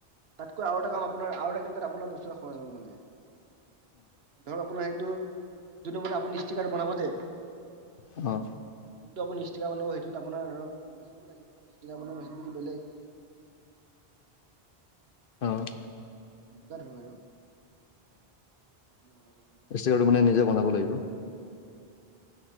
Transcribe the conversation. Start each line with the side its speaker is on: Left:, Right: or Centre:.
Right: তাতকৈ আৰু এটা কাম আপোনাৰ আৰু এটান্তু তাত আপোনাৰ বস্তু এটা খৰচ হব মানে ধৰক, আপোনাৰ সেইটো যোনটো মানে আপুনিষ্টিকাৰ্ড বনাব যে
Left: আহ,
Right: যিটো আপুনি ষ্ট্ৰিকা বনাব সেইটো আপোনাৰ ধৰক, মেচিনটো লাগিব ন ষ্টিকা বনোৱা মেচিনটো বেলেগ হয়নে
Left: অ',
Right: এনেকুৱা ধৰক আৰু আপুনি বনাব লাগিব বস্তুটো
Left: ষ্টিকাটো মানে, নিজে বনাব লাগিব
Right: হয়